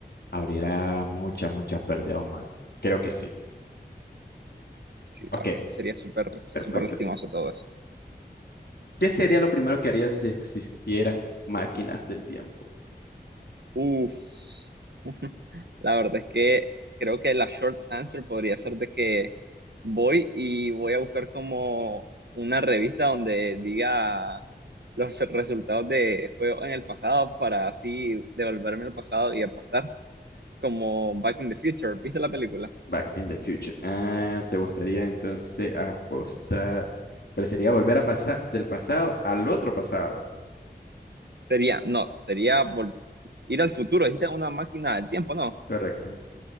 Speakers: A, on the left (about 70°); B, on the right (about 75°).
A: abrirá mucha, mucha pérdida humana. Creo que sí.
B: Sí,
A: Ok,
B: la verdad es que sería súper, súper
A: perfecto.
B: lastimoso todo eso.
A: ¿Qué sería lo primero que harías si existieran máquinas del tiempo?
B: Uf, <laughs> la verdad es que creo que la short answer podría ser de que voy y voy a buscar como una revista donde diga los resultados de juegos en el pasado para así devolverme al pasado y apostar, como Back in the Future. ¿Viste la película?
A: Back in the Future. Ah, ¿te gustaría entonces apostar? Pero sería volver a pasar del pasado al otro pasado.
B: Sería, no, sería vol- ir al futuro. Dijiste una máquina del tiempo, ¿no?
A: Correcto.